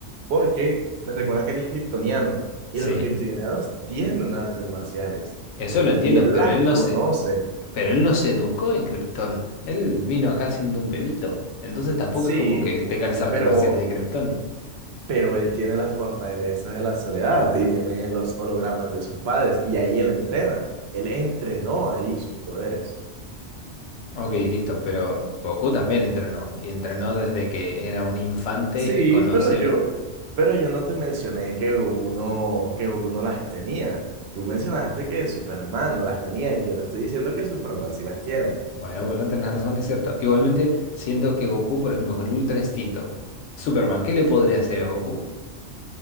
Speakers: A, on the right (about 70°); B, on the left (about 85°).
A: Porque recuerda que él es kriptoniano y
B: Sí.
A: los kriptonianos tienen artes marciales
B: Eso lo entiendo,
A: y él
B: pero
A: las
B: él no
A: conoce.
B: se, pero él no se educó en Krypton. Él vino acá siendo un bebito. Entonces tampoco
A: Sí,
B: es como que tenga las artes
A: pero,
B: marciales de Krypton.
A: pero él tiene las fortalezas de la soledad y tiene los hologramas de sus padres y ahí él entrena. Él entrenó ahí sus poderes.
B: Ok, listo, pero Goku también entrenó. Y entrenó desde que era un infante
A: Sí,
B: y conoce.
A: pero yo, pero yo no te mencioné que Goku no, que Goku no las tenía. Tú mencionaste que Superman no las tenía y yo te estoy diciendo que Superman sí las tiene.
B: Bueno, bueno, tenés razón, es cierto. Igualmente, siento que Goku, por ejemplo, con el Ultra Instinto, Superman, ¿qué le podría hacer a Goku?